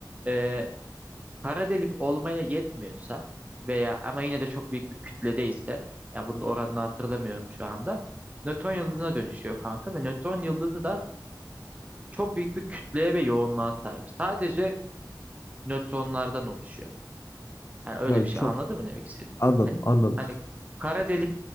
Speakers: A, on the right; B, on the left.
A: e, kara delik olmaya yetmiyorsa veya ama yine de çok büyük bir kütledeyse ya bunun oranını hatırlamıyorum şu anda. Nötron yıldızına dönüşüyor kanka ve nötron yıldızı da çok büyük bir kütleye ve yoğunluğa sahip. Sadece nötronlardan oluşuyor. Yani öyle
B: Yani
A: bir şey
B: çok
A: anladın mı ne demek istediğimi?
B: anladım
A: Hani
B: anladım.
A: hani kara delik